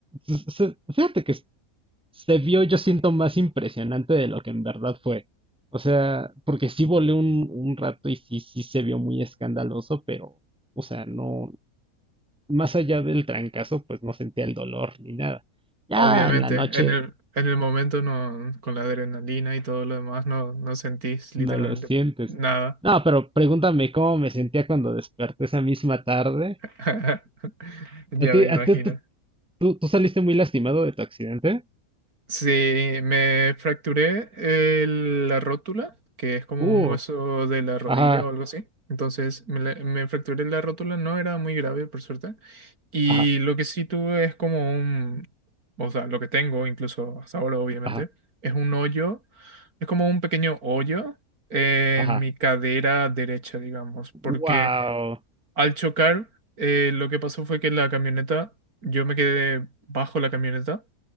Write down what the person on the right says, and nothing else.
Obviamente,
en el, en el momento no, con la adrenalina y todo lo demás, no, no sentís literalmente
nada.
<laughs> Ya
me imagino.
Sí, me fracturé el- la rótula, que es como
un hueso de la rodilla
o algo así. Entonces me, la- me fracturé la rótula, no era muy grave por suerte. Y
lo que sí tuve es como un, o sea, lo que tengo incluso hasta ahora obviamente,
es un hoyo, es como un pequeño hoyo en
mi cadera derecha, digamos, porque
al chocar, eh, lo que pasó fue que la camioneta, yo me quedé bajo la camioneta.